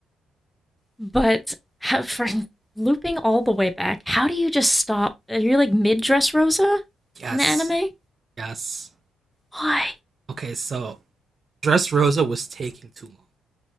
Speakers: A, in the centre; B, on the right.
A: But how, for looping all the way back, how do you just stop? you Are like mid dress Rosa
B: yes,
A: in the anime?
B: yes.
A: Why?
B: Okay, so Dress Rosa was taking too long.